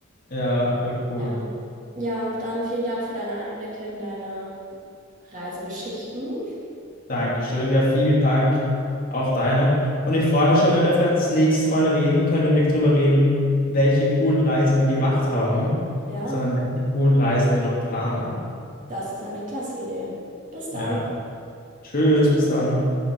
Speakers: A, on the left; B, on the right.
A: Ja, war cool.
B: Ja. Ja, dann vielen Dank für deine Einblicke in deine Reisegeschichten.
A: Dankeschön. Ja, vielen Dank. Auch deine. Und ich freue mich schon, wenn wir vielleicht das nächste Mal reden können, wenn wir nicht drüber reden, welche coolen Reisen wir gemacht haben,
B: Ja,
A: sondern welche coolen Reisen wir noch planen.
B: das ist eine klasse Idee. Bis dann.
A: Ja. Tschüss, bis dann.